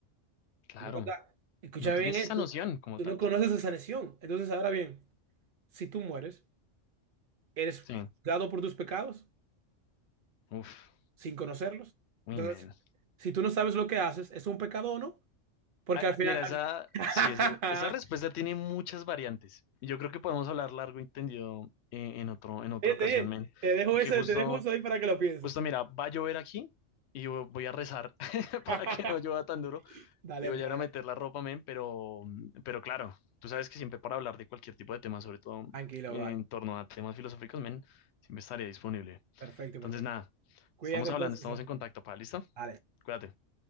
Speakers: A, on the left; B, on the right.
A: claro.
B: Lo que está- Escucha
A: No tienes
B: bien esto.
A: esa noción como
B: Tú
A: tal.
B: no conoces esa sanción. Entonces, ahora bien, si tú mueres, eres
A: Sí.
B: dado por tus pecados
A: Uf.
B: sin conocerlos.
A: Uy,
B: Entonces,
A: men.
B: si tú no sabes lo que haces, ¿es un pecado o no? Porque
A: Ah,
B: al final...
A: mira, esa,
B: al- <laughs>
A: sí, esa, esa respuesta tiene muchas variantes. Y Yo creo que podemos hablar largo y tendido eh, en otro, en otra
B: Oye,
A: ocasión,
B: te,
A: men.
B: te dejo
A: Porque
B: eso,
A: justo,
B: te dejo eso ahí para que lo pienses.
A: justo, mira, va a llover aquí y yo voy a rezar <laughs>
B: <laughs>
A: para que no llueva tan duro.
B: Dale,
A: Y voy
B: pues.
A: a ir a meter la ropa, men, pero, pero claro, tú sabes que siempre para hablar de cualquier tipo de tema, sobre todo
B: Tranquilo,
A: en
B: bye.
A: torno a temas filosóficos, men, siempre estaré disponible.
B: Perfecto,
A: Entonces,
B: perfecto.
A: nada,
B: Cuídate
A: estamos
B: entonces.
A: hablando, estamos
B: ah,
A: en contacto, pa, ¿listo?
B: Dale.
A: Cuídate.